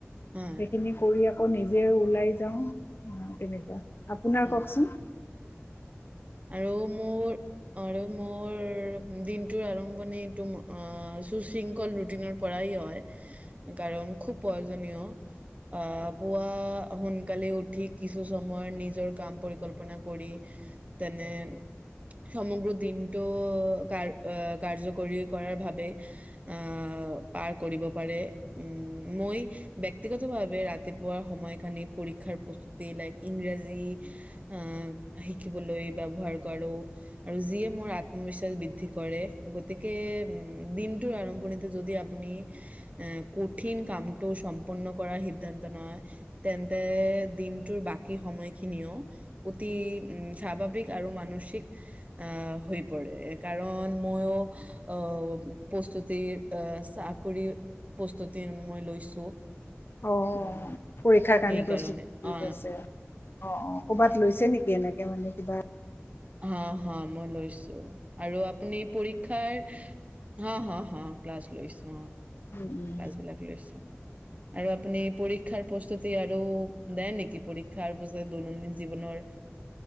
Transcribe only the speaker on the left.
সেইখিনি কৰি আ আকৌ নিজে ওলাই যাওঁ, অ' তেনেকুৱা। আপোনাৰ
কওঁকচোন?
অ' অ' পৰীক্ষাৰ কাৰণে
প্ৰস্তুতি
আছে অ' অ'। ক'বাত
লৈছে নেকি? কেনেকে মানে কিবা
উম উম